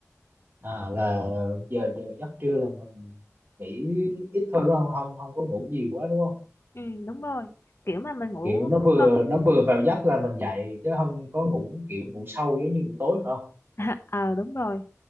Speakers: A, on the right; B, on the left.
A: à, là giờ giờ giấc trưa là mình nghỉ ít thôi đúng không không không có ngủ nhiều quá đúng không
B: ừ đúng rồi kiểu mà mình ngủ
A: kiểu nó vừa
B: hơn
A: nó vừa vào giấc là mình dậy chứ không có ngủ kiểu ngủ sâu giống như buổi tối phải không
B: <laughs> ờ đúng rồi